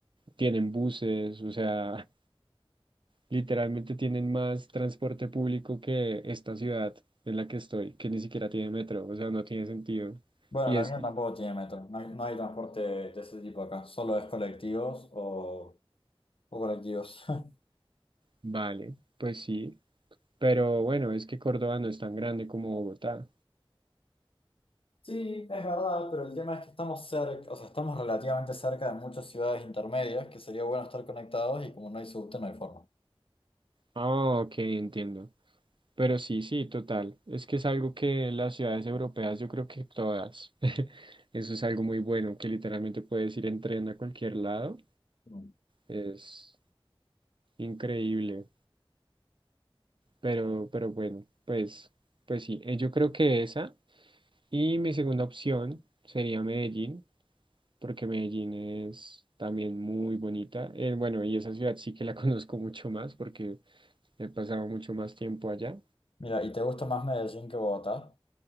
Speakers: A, on the right; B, on the left.
A: tienen buses, o sea, Literalmente tienen más transporte público que esta ciudad en la que estoy, que ni siquiera tiene metro, o sea, no tiene sentido.
B: Bueno,
A: Y
B: la
A: es,
B: mía tampoco tiene metro. No hay, no hay transporte de ese tipo acá. Solo es colectivos o, o colectivos. <laughs>
A: vale, pues sí, pero bueno, es que Córdoba no es tan grande como Bogotá.
B: Sí, es verdad, pero el tema es que estamos cerca, o sea, estamos relativamente cerca de muchas ciudades intermedias que sería bueno estar conectados y como no hay subte, no hay forma.
A: Ah, ok, entiendo. Pero sí, sí, total. Es que es algo que las ciudades europeas, yo creo que todas, <laughs> eso es algo muy bueno, que literalmente puedes ir en tren a cualquier lado.
B: Mm.
A: Es increíble. Pero, pero bueno, pues, pues sí, eh, yo creo que esa. Y mi segunda opción sería Medellín, porque Medellín es también muy bonita. Eh, bueno, y esa ciudad sí que la <laughs> conozco mucho más porque he pasado mucho más tiempo allá.
B: Mira, ¿y te gusta más Medellín que Bogotá?